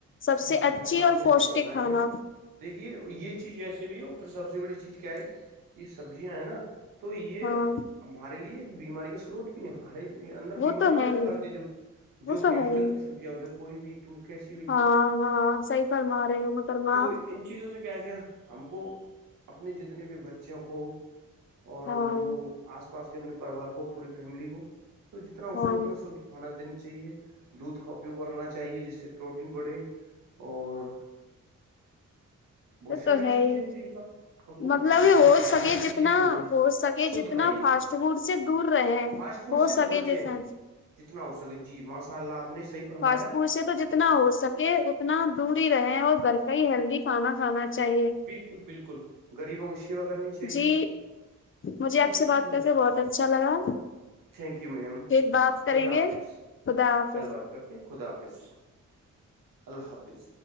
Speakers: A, on the left; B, on the right.
A: سب
B: جی
A: سے
B: جی
A: اچھی
B: بالکل آپ
A: اور
B: نے
A: پوشٹک
B: صحیح فرمایا
A: کھانا
B: میم دیکھیے یہ چیز اییسے بھی ہے پھر سب سے بڑی چیز کیا ہے کہ یہ سبزیاں ہے نا تو یہ
A: ہاں
B: ہمارے لیے ایک بیماری کا سروت ہمارے اندر
A: وہ
B: بیماری
A: تو
B: پیدا
A: ہے ہی
B: کرتی ہے جو
A: وہ
B: کیمکل
A: تو ہے ہی
B: کی سبزیاں ہوتی کوئی بھی تم کیس
A: ہاں ہاں صحی فر ما رہے ہو مطل معپ
B: تو ان چیزوں سے کیا ہے کیا ہم کو اپنی جتنے بھی بچوں کو اور
A: ہاں
B: جو آس پاس کے اپنے پریوار کو پوری فیملی کو تو جتنا اس
A: ہاں
B: کو اتنا شھ کھانا دینا چاہیے دودھ کا اپیوگ کرنا چاہیے جس سے پروٹین بڑھے اور بہت
A: تو
B: ساری
A: تو ہے
B: چیزیں
A: ہی
B: جن کا ہم کو
A: مطلب
B: جیسے
A: ہو
B: وٹامنس
A: سکے
B: کی
A: جتنا
B: چیزیں کھانی چاہیے
A: ہو سکے
B: شدھ
A: جتنا
B: کھائیے
A: فاسٹ دور سے دور رہے
B: فاسٹ فوڈ
A: ہو
B: سے تو
A: سکے
B: بچے
A: جیسج
B: ہیں جتنا ہو سکے جی ماشاء اللہ آپ نے صحی فرمایا
A: فاسٹ سے جتنا ہو سکے اتنا دور ہی رہے اور گھر کا ہی ہیلدی
B: جی
A: کھانا
B: جی
A: کھانا چاہیے
B: بالکل بالکل غریبوں کو سیوا کرنی چاہیے
A: جی مجھے آپ
B: یہ
A: سے
B: چیز
A: بات
B: ہونا
A: کر
B: چاہیے
A: کے بہت اچھا لگا
B: تھینک یو میم
A: پھر بپ کریں
B: خدا
A: گے
B: حافظ
A: خدا حافظ
B: کل بات کرتے ہیں خدا حافظ اللہ حافظ